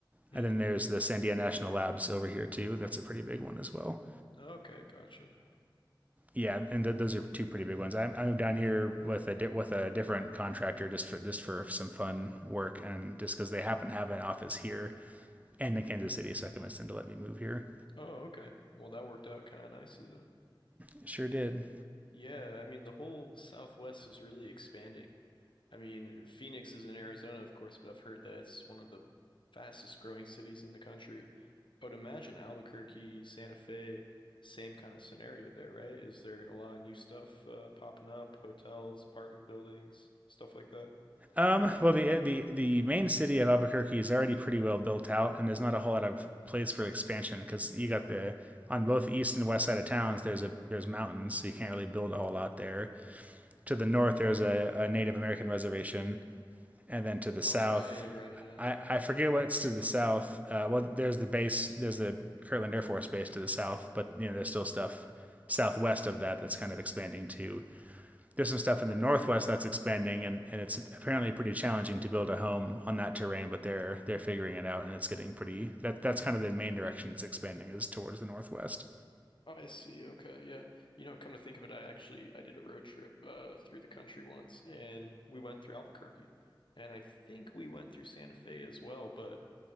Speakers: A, on the left (about 70°); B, on the right (about 15°).
A: Mm-hmm.
B: and then there's the Sandia National Labs over here too. That's a pretty big one as well.
A: Okay, gotcha.
B: Yeah, and th- those are two pretty big ones. I, I moved down here with a di- with a different contractor just for just for some fun work, and just because they happen to have an office here and in Kansas City, so I convinced them to let me move here.
A: Oh, okay. Well, that worked out kind of nicely then.
B: It Sure did.
A: Yeah, I mean, the whole Southwest is really expanding. I mean, Phoenix is in Arizona, of course, but I've heard that it's one of the fastest growing cities in the country. I would imagine Albuquerque, Santa Fe, same kind of scenario there, right? Is there a lot of new stuff uh, popping up, hotels, apartment buildings, stuff like that?
B: Um, well, the, the the main city of Albuquerque is already pretty well built out, and there's not a whole lot of place for expansion because you got the on both east and west side of towns. There's a there's mountains, so you can't really build a whole lot there. To the north, there's a, a Native American reservation, and then to the
A: Oh,
B: south,
A: right, right, yeah, yeah.
B: I, I forget what's to the south. Uh, well, there's the base, there's the Kirtland Air Force Base to the south, but you know there's still stuff southwest of that that's kind of expanding too. there's some stuff in the northwest that's expanding and, and it's apparently pretty challenging to build a home on that terrain but they're they're figuring it out and it's getting pretty that that's kind of the main direction it's expanding is towards the northwest
A: I see. Okay. Yeah. You know, come to think of it, I actually I did a road trip uh through the country once and we went through Albuquerque and I think we went through Santa Fe as well, but